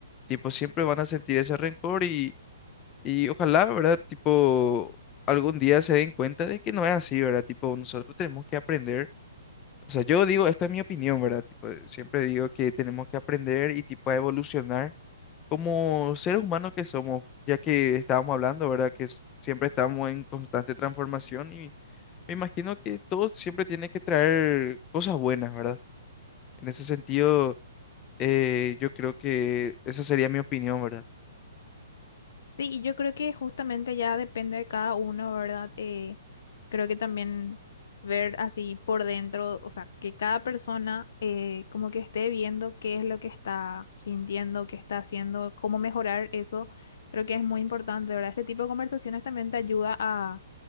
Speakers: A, on the left; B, on the left.
A: Tipo, siempre van a sentir ese rencor y, y ojalá, ¿verdad? Tipo, algún día se den cuenta de que no es así, ¿verdad? Tipo, nosotros tenemos que aprender. O sea, yo digo, esta es mi opinión, ¿verdad? Tipo, siempre digo que tenemos que aprender y tipo a evolucionar como seres humanos que somos, ya que estábamos hablando, ¿verdad? Que s- siempre estamos en constante transformación y me imagino que todo siempre tiene que traer cosas buenas, ¿verdad? En ese sentido, eh, yo creo que esa sería mi opinión, ¿verdad?
B: Sí, y yo creo que justamente ya depende de cada uno, ¿verdad? Eh, creo que también ver así por dentro, o sea, que cada persona eh, como que esté viendo qué es lo que está sintiendo, qué está haciendo, cómo mejorar eso, creo que es muy importante, ¿verdad? Este tipo de conversaciones también te ayuda a